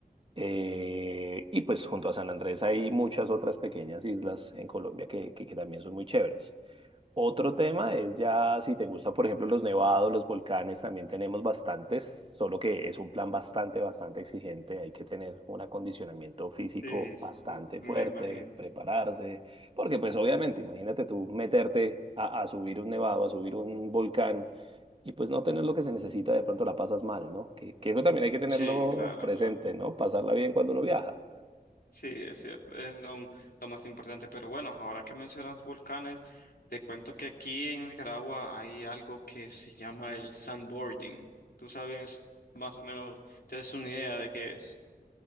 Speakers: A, on the right; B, on the left.
A: Eh, y pues junto a San Andrés hay muchas otras pequeñas islas en Colombia que, que, que también son muy chéveres. Otro tema es ya si te gusta, por ejemplo, los nevados, los volcanes, también tenemos bastantes, solo que es un plan bastante, bastante exigente. Hay que tener un acondicionamiento físico
B: Sí,
A: bastante
B: m- me
A: fuerte,
B: imagino.
A: prepararse, porque pues obviamente, imagínate tú meterte a, a subir un nevado, a subir un volcán y pues no tener lo que se necesita, de pronto la pasas mal, ¿no? Que, que eso también hay que tenerlo
B: Sí, claro,
A: presente,
B: claro.
A: ¿no? Pasarla bien cuando uno viaja.
B: Sí, es cierto, es lo, lo más importante. Pero bueno, ahora que mencionas volcanes, te cuento que aquí en Nicaragua hay algo que se llama el sandboarding. Tú sabes, más o menos, te haces una idea de qué es.